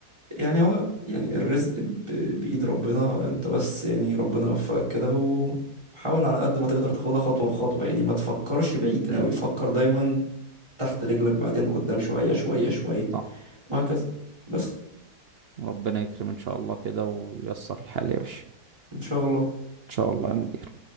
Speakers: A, on the right; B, on the right.
A: يعني هو يعني الرزق ب- بإيد ربنا انت بس يعني ربنا يوفقك كده و- وحاول على قد ما تقدر تاخدها خطوة بخطوة يعني ما تفكرش بعيد
B: امم
A: قوي فكر دايما تحت رجلك بعدين قدام شوية شوية شوية
B: صح
A: وهكذا بس
B: ربنا يكرم ان شاء الله كده وييسر الحال يا باشا ان
A: ان شاء الله
B: شاء الله يا مدير